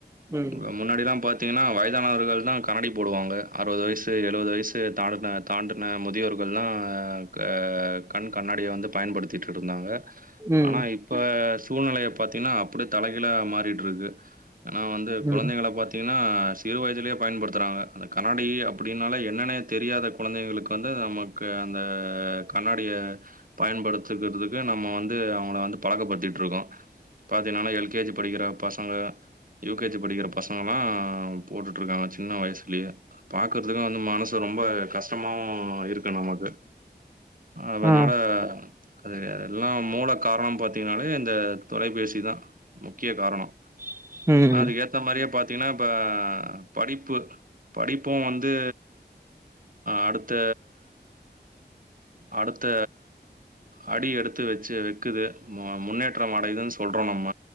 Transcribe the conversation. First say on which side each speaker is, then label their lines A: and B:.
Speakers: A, on the right (about 15°); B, on the right (about 50°).
A: ம்.
B: மு முன்னாடில்லா பாத் த்தீங்கன்னா வயதானவர்கள் தா கண்ணாடி போடுவாங்க அறுவது வயசு எழுவது வயசு தாலுன தாண்டுன முதியவர்கள்ல்லா அ க கண் கண்ணாடிய வந்து பயன்படுத்திட்டு இருந்தாங்க
A: ம்.
B: ஆனா இப்ப சூழ்நிலையப் பாத்தீங்கன்னா அப்பிடி தலைகீழா மாறிட்டிருக்கு ஏன்னா வந்து கொழந்தைங்கள
A: ம்.
B: பாத்தீங்க ன்னா சிறு வயதிலேயே பயன்படுத்துறாங்க அந்த கண்ணாடி அப்படின்னால என்னான்னே தெரியாத கொழந்தைகளுக்கு வந்து நமக்கு அந்த கண்ணாடிய பயன்படுத்துக்கிறதுக்கு நம்ம வந்து அவங்கள வந்து பழக்கப்படுத்திட்ருக்கோ பாத்தீங்கன்னா எல் கே ஜி படிக்கிற பசங்க யூ கே ஜி படிக்கிற பசங்கல்லா போட்டுட் டிருக்காங்க சின்ன வயசுலயே பாக்கறதுக்கு வந்து மனசு ரொம்ப கஷ்டமாவு இருக்கு நமக் அதனால
A: ஆ.
B: அது அதெல்லா மூல காரணம் பாத்தீங்கன்னாலே இந்த தொலைபேசி இதான் முக்கிய காரணம்
A: ம்.
B: ஆனா அதுக்கு ஏத்த மாதிரியே பாத் ர்த்தீங்கன்னா இப்போ படிப்பு படிப்பும் வந்து அடுத்த அடுத்த அடி எடுத்து வச்சு வக்குது முன்னேற்றம் அடையுதுன்னு சொல்றோம் நம்ம